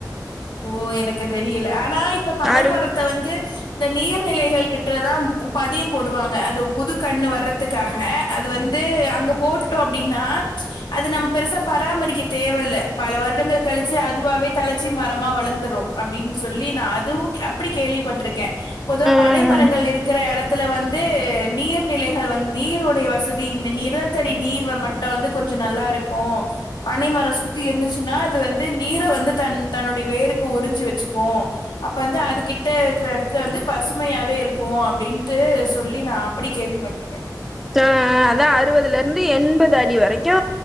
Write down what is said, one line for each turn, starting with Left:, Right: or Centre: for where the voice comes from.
Left: ஓ எனக்கு அது தெரியல ஆனா இப்ப பனை
Centre: அறு
Left: மரத்த வந்து இந்த நீர்நிலைகள் கிட்டதா பதிய போடுவாங்க அது புது கண்ணு வர்றதுக்காக அது வந்து அங்க போட்டுட்டோ அப்டின்னா அது நம்ம பெருசா பராமரிக்க தேவயில்ல பல வருடங்கள் கழிச்சு அதுவாவே தலச்சி மரமா வளர்ந்துறு அப்டின்னு சொல்லி நா அதுவு அப்டி கேள்விப்பட்ருக்கே பொதுவா
Centre: ம்
Left: பனை மரங்கள் இருக் குற எடத்துல வந்து நீர்நிலைகள் வந் நீருடைய வசதி நிலத்தடி நீர் வ மட் ட வந்து கொஞ்ச நல்லா இருக்கு பனைமர சுத்தி இருந்துச்சுன்னா அது வந்து நீர வந்து தன் தன்னுடைய வேருக்கு உறிஞ்சு வெச்சுக்கு அப்ப வந்து அதுகிட்ட இக்குற எடத்துல வந்து பசுமையாவே இருக்கு அப்டின்ட்டு சொல்லி நா அப்டி கேள்விப்பட்ருக்கே
Centre: ஆ அதா அறுவதுல இருந்து எண்பது அடி வரைக்கு